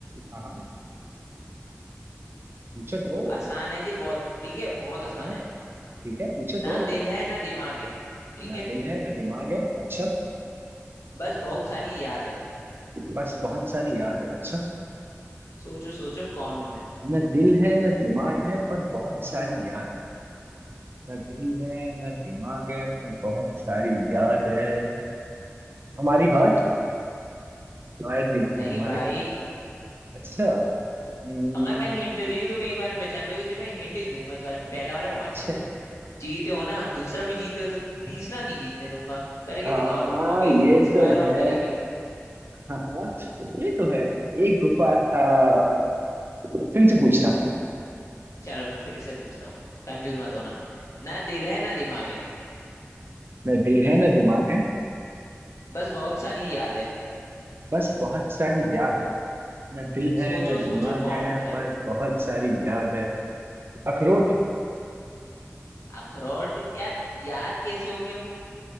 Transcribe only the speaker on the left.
आसान है ये बहुत ठीक है बहुत
आसान
है
ना
दिल है ना दिमाग है ठीक
है
बस बहुत सारी याद है
सोचो सोचो कौन हूं मैं
नहीं
भाई
अगर मैंने हिंट दे दी तुम एक बार में पहचान जाओगे इसलिए मैं हिंट नहीं दूंगा इस बारे में पहला वाला
पॉइंट तुम जीते हो ना दूसरा भी जीते हो तो तीसरा नहीं जीतने दूंगा करके
दिखाओ तुम अभी
स्क्वायर
ऑफ
करेंगे
चलो मैं फिर से पूछता हूँ कंफ्यूज मत होना ना दिल है ना दिमाग है
बस बहुत सारी याद है
सोचो
सोचो कौन
हूं मैं
अखरोट यार याद कैसे हो गया वो